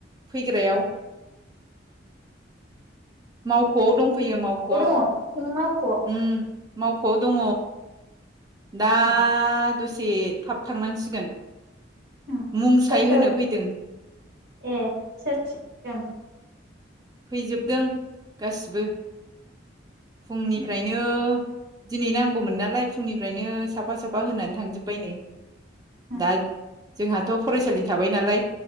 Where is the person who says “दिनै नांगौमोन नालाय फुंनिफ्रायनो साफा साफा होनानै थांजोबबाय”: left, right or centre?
Right